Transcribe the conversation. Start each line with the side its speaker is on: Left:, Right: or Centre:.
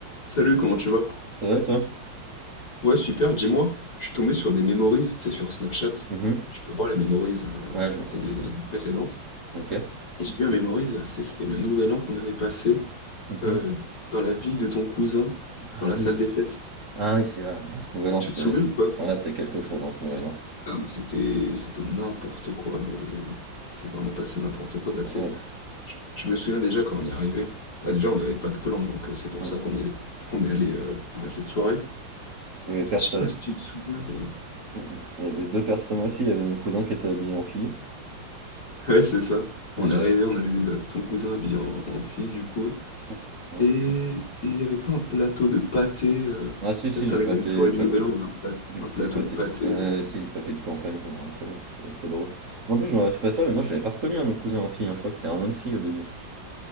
Left: Salut, comment tu vas?
Right: Ça va et toi?
Left: Ouais, super, dis-moi, je suis tombé sur des memories, tu sais, sur Snapchat.
Right: Mmh
Left: Tu peux voir les memories, euh,
Right: Ouais, je
Left: tu sais, des
Right: je connais.
Left: années précédentes.
Right: OK.
Left: Et j'ai vu un memories, c'est- c'était le nouvel an qu'on avait passé
Right: Mmh
Left: euh, dans la ville de ton cousin,
Right: Ah
Left: dans la
Right: oui,
Left: salle
Right: c'est
Left: des fêtes.
Right: ah oui, c'est vrai, ce Nouvel An,
Left: Tu
Right: c'était
Left: te souviens ou pas?
Right: ouais, c'était quelque chose, hein, ce Nouvel An.
Left: Ah, mais c'était c'était n'importe quoi, mais c'est vraiment passé n'importe quoi. Bah, tu
Right: Ouais,
Left: sais, je, je me souviens déjà quand on est arrivé. Bah, déjà, on n'avait pas de plan, donc euh, c'est pour
Right: mmh.
Left: ça qu'on est, qu'on est allé euh, à cette soirée.
Right: Il y avait personne.
Left: Et je sais pas si tu te souviens, mais.
Right: Mmh Il y avait 2 personnes aussi, il y avait mon cousin qui était habillé en fille.
Left: <laughs> Ouais, c'est ça.
Right: Ah,
Left: On
Right: je
Left: est arrivé,
Right: l'avais
Left: on a vu euh, ton cousin habillé en, en fille, du coup.
Right: mmh, mmh,
Left: Et
Right: mmh.
Left: et il n'y avait pas un plateau de pâté. euh,
Right: Ah si, si,
Left: Là, t'arrives
Right: du pâté
Left: à une soirée
Right: du
Left: du
Right: pâ
Left: Nouvel An, il y a un, plat-
Right: du
Left: un plateau
Right: du pâté
Left: de pâté.
Right: ouais, si, du pâté de campagne, je me rappelle, c'était assez drôle. Mais en plus, je me je sais pas toi, mais moi, je l'avais pas reconnu, hein, mon cousin en fille, hein, je crois que c'était vraiment une fille au début.